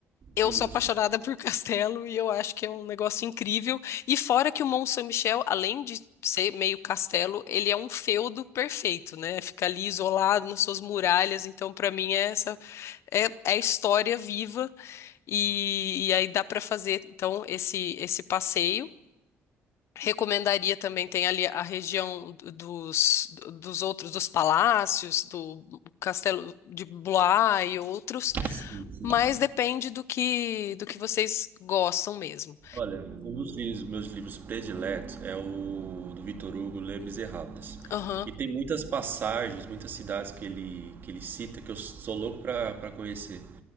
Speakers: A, on the left; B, on the right.
A: eu
B: sim,
A: sou apaixonada
B: sim.
A: por <laughs> castelo e eu acho que é um negócio incrível. E fora que o Mont Saint-Michel, além de ser meio castelo, ele é um feudo perfeito, né? Fica ali isolado nas suas muralhas. Então, para mim, é essa é, é a história viva e, e aí dá para fazer então esse esse passeio. Recomendaria também, tem ali a região do- dos, dos outros, dos palácios, do Castelo de Blois e outros,
B: Sim.
A: mas depende do que do que vocês gostam mesmo.
B: Olha, um dos livros- meus livros prediletos é o do Victor Hugo, Les Misérables.
A: Aham,
B: E tem muitas passagens, muitas cidades que ele, que ele cita que eu sou louco para para conhecer.